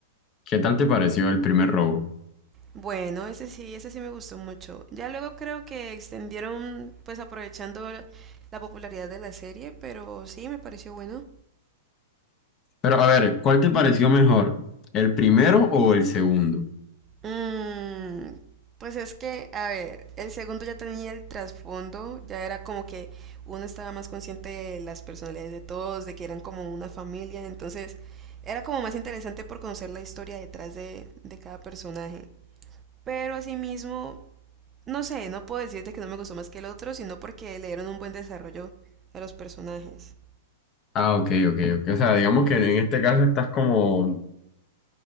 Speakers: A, on the left (about 35°); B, on the right (about 25°).
A: ¿Qué tal te pareció el primer robo?
B: Bueno, ese sí, ese sí me gustó mucho. Ya luego creo que extendieron, pues aprovechando la la popularidad de la serie, pero sí, me pareció bueno.
A: Pero a ver, ¿cuál te pareció mejor? ¿El primero o el segundo?
B: Mm, pues es que, a ver, el segundo ya tenía el trasfondo, ya era como que uno estaba más consciente de las personalidades de todos, de que eran como una familia, entonces era como más interesante por conocer la historia detrás de, de cada personaje. Pero asimismo, No sé, no puedo decirte que no me gustó más que el otro, sino porque le dieron un buen desarrollo a los personajes.
A: Ah, ok, ok, ok. O sea, digamos que en este caso estás como